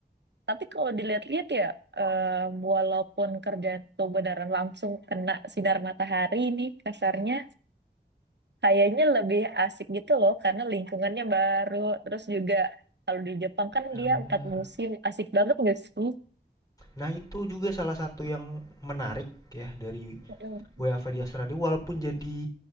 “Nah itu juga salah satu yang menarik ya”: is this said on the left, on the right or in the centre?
Left